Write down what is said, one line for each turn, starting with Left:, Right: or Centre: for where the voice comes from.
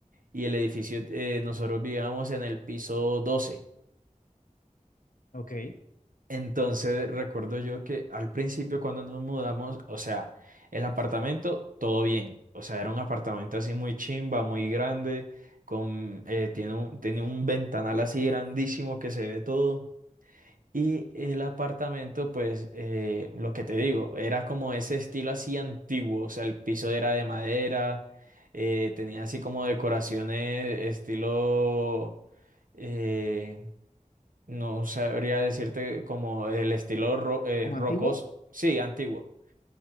Right: y el edificio, eh, nosotros vivíamos en el piso 12.
Left: Ok.
Right: Entonces recuerdo yo que al principio cuando nos mudamos, o sea, el apartamento, todo bien. O sea, era un apartamento así muy chimba, muy grande, con, eh, tiene un, tiene un ventanal así grandísimo que se ve todo. Y el apartamento, pues, eh, lo que te digo, era como ese estilo así antiguo. O sea, el piso era de madera, eh, tenía así como decoraciones estilo... eh, no sabría decirte como el estilo ro- eh,
Left: Como
Right: rocos,
Left: antiguo.
Right: sí, antiguo.